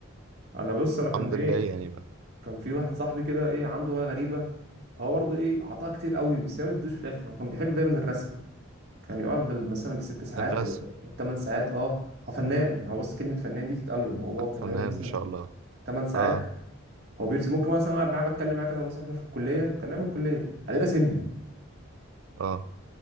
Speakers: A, on the right; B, on the right.
A: انا بص انا كان
B: الحمد
A: ايه
B: لله يعني بقى
A: كان في واحد صاحبي كده ايه عنده هوايه غريبه هو برضه ايه عطاها كتير قوي بس هي ما بتدوش في الاخر هو كان بيحب دايما الرسم كان يقعد بال- مثلا بالست ساعات
B: الرسم
A: ولا ثمان ساعات اه هو فنان يعني هو بص كلمه فنان دي تتقال له هو كان
B: فنان
A: يقعد مثلا
B: ما شاء الله
A: ثمان ساعات
B: اه
A: هو بيرسم ممكن مثلا أنا قاعد معاه بتكلم معاه كده مثلا احنا في الكليه كان نايم الكليه عليه راسمني
B: اه